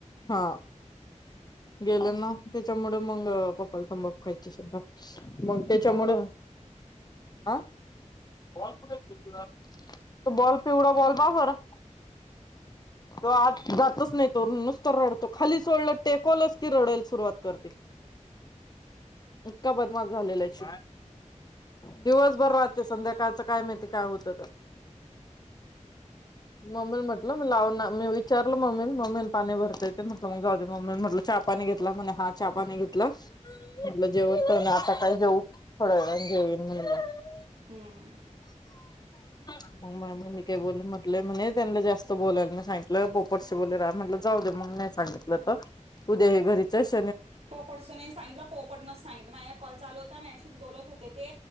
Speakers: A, on the left (about 30°); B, on the right (about 55°).
A: हा गेले
B: हम्म.
A: ना तेच्या मग पप्पाला तंबा खायची सुद्धा मग हॅलो आ बॉल कुठयं <unintelligible> तुझा? तो बॉल पिवळा बॉल <unintelligible> बरं.
B: <unintelligible>
A: तो आत जातच नाही तो. नुसतं रडतो, खाली सोडलं, टेकवलच की रडाल सुरुवात करते.
B: <unintelligible>
A: इतका बदमाश झालेल <unintelligible> ची दिवसभर राहते. संध्याकाळच काय माहिती काय होत? <unintelligible> मी लाव ना मी विचारल मम्मी, मम्मी पाणी भरता येते म्हटलं मग जाऊदे. म म्हटलं च्या-पानी घेतल, म्हणे हा चा पानी घेतलं. म्हटल जेवण आता काय जेऊ? <inaudible>
B: हम्म <inaudible>
A: मग मग मी काही बोल म्हटलं म्हणे, त्यांना जास्त बोलायला नाही सांगितलं. पोपटशी बोले रा म्हटलं जाऊद्या मग. नाही सांगितलं <unintelligible> उद्या ही घरीचयस?
B: पोपटचं नाही सांगितल, पोपटनच सांगितलं. माझ्या कॉल चालू होता. मायाशी तिच बोलत होते ते,